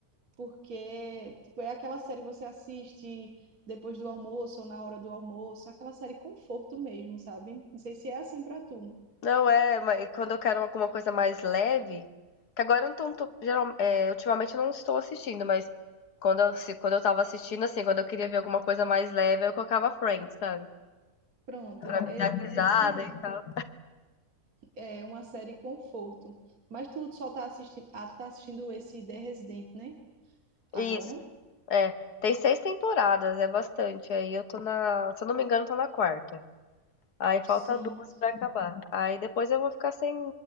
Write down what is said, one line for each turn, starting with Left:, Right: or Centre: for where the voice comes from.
Right: porque tipo, é aquela série que você assiste depois do almoço ou na hora do almoço, aquela série conforto mesmo, sabe? Não sei se é assim pra tu.
Left: Não é, mas quando eu quero alguma coisa mais leve, que agora eu não tô, tô- geral- é, ultimamente eu não estou assistindo, mas quando eu, se, quando eu tava assistindo, assim, quando eu queria ver alguma coisa mais leve, eu colocava Friends, sabe?
Right: Pronto,
Left: Pra
Right: é,
Left: me dar
Right: é
Left: risada
Right: isso mesmo.
Left: e tal.
Right: É uma série conforto. Mas tu só tá assistindo, ah, tu tá assistindo esse The Resident, né? Agora?
Left: Isso, é. Tem seis temporadas, é bastante. Aí eu tô na, se eu não me engano, tô na quarta. Aí falta
Right: Sim,
Left: duas
Right: sim.
Left: pra acabar. Aí depois eu vou ficar sem.